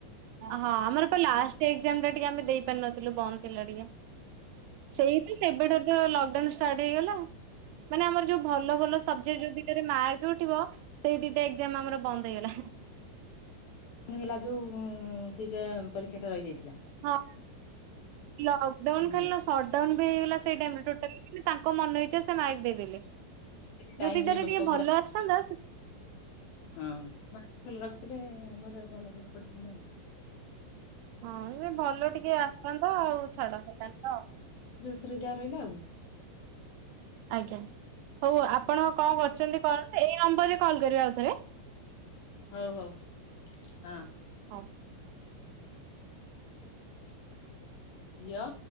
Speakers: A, on the right (about 80°); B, on the left (about 70°).
A: ହଁ ଆମର ଲାଷ୍ଟ ଏକ୍ଜାମ ଟା ଟିକେ ଆମେ ଦେଇପାରିନଥିଲୁ ବନ୍ଦ ଥିଲା ଟିକେ ସେଇ ତ ସେବେଡ <inaudible> ଲକଡାଉନ ଷ୍ଟାର୍ଟ ହେଇଗଲା ମାନେ ଆମର ଯୋଉ ଭଲ ଭଲ ସବଜେକ୍ଟ ଦିିକରେ ମାର୍କ ଉଠିବ ସେଇ ଦିଟା ଏକ୍ଜାମ ଆମର <inaudible> ବନ୍ଦ ହେଇଗଲା
B: କୁଣ ହେଲା ଯୋଉ ସେଇଟା ପରୀକ୍ଷା ଟା ରହିଯାଇଥିଲା
A: ହଁ। ଲକଡାଉନ
B: ହୁଁ
A: ଖାଲି ସଟ୍ଡାଉନ ହେଇଗଲା ସେଇଡାମ ତାଙ୍କ ମନ ଇଚ୍ଛା ସେ ମାଇକ ଦେଇଦେଲେ
B: ଟାଇମ
A: ଯଦିଇଟାରେ
B: ରେ ଲୋକ
A: ଟିକେ
B: ପୁରା
A: ଭଲ ଆସିଥାନ୍ତା
B: ହଁ ଭଲ ରଖିଥିଲେ ଭଲ। କଲେଜରେ ପଡ଼ିଥା ନା
A: ହଁ ସେ ଭଲ ଟିକେ ଆସିଥାନ୍ନ୍ତ ଆଉ ଛାଡ ଫଲାନ୍ନ୍ତ ଆଉ
B: ସତ ରଜା ରହିଲା ଆଉ
A: ଆଜ୍ଞା। ହଉ ଆପଣ କଣ କର <unintelligible> କର ଏଇ ନମ୍ବରରେ କଲ କରିବା ଆଉ ଥରେ।
B: ହଉ ହଉ ହଁ।
A: ହଁ।
B: ଝିଅ।